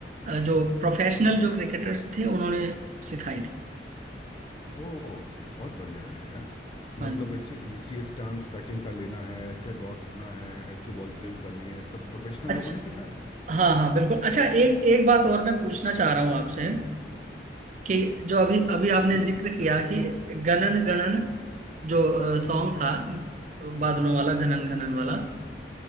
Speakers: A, on the right; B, on the left.
A: अ, जो प्रोफेशनल जो क्रिकेटर्स थे उन्होंने सिखाई थी
B: ओ बहुत बढ़िया है यार
A: हाँ
B: मतलब ऐसे इसी स्टांस बैटिंग का लेना है ऐसे दौड़ना है ऐसी बॉलिंग करनी है सब प्रोफेशनल
A: जी
B: लोगों ने सिखाया है
A: हाँ हाँ बिल्कुल अच्छा एक एक बात और मैं पूछना चाह रहा हूँ आपसे कि जो अभी अभी आपने
B: जी
A: जिक्र किया कि गणन गणन जो सॉन्ग था बादलों वाला गणन गणन वाला